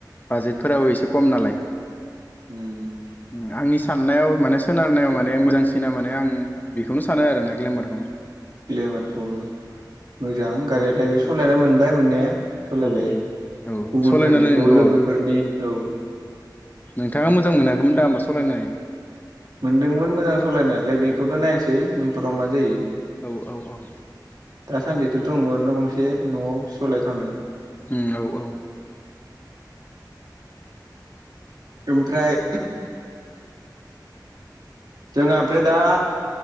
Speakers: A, on the left (about 25°); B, on the right (about 65°).
A: बाजेटफोराबो एसे खम नालाय।
B: उम
A: उम आंनि साननायाव माने सोनारनायाव माने मोजांसिना माने आं बेखौनो सानो आरोोना ग्लेमारखौनो।
B: ग्लेमारखौ मोजां। गारियालाय बे सालायनो मोनबाय मोननाया। सलायबाय
A: औ औ
B: गुबुनफोरनिखौ
A: सालायनानै अ
B: लोगोफोरनि औ।
A: नोंथाङा मोजां मोनाखैमोन दा होमबा सलायनानै?
B: मोनदोंमोन मोजां सालायनायलाय बेखौथ' नायसै उफ्राव मा जायो।
A: औ औ औ।
B: दासान्दिथ' दङ रोना गंसे न'आव सलाय थनो।
A: उम औ औ।
B: ओमफ्राय जोंहा ओमफ्राय दा